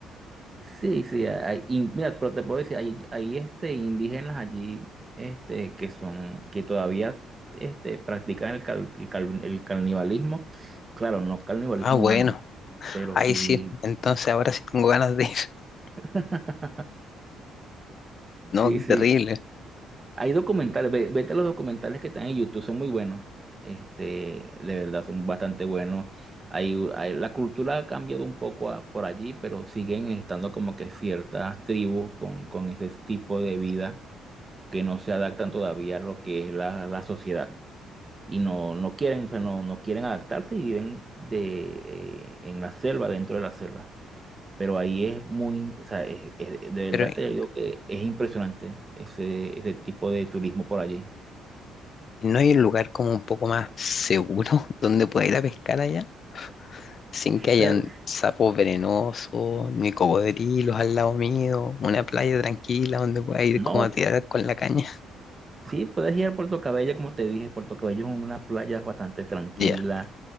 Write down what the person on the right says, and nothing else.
Sí, sí, hay, in- mira, pero te puedo decir, hay, hay este, indígenas allí este, que son, que todavía este, practican el, cal- el, cal- el canibalismo. Claro, no canibalismo
humano, pero
sí.
<laughs>
Sí,
sí.
Hay documentales, ve- vete a los documentales que están en YouTube, son muy buenos. Este, de verdad, son bastante buenos. Hay, hay- la cultura ha cambiado un poco a- por allí, pero siguen estando como que ciertas tribus con, con ese tipo de vida que no se adaptan todavía a lo que es la, la sociedad. Y no, no quieren, o sea, no, no quieren adaptarse y viven de, eh, en la selva, dentro de la selva. Pero ahí es muy, o sea, es- es- de
verdad
te digo que es impresionante ese, ese tipo de turismo por allí.
Pero
no,
sí, puedes ir a Puerto Cabello, como te dije, Puerto Cabello es una playa bastante tranquila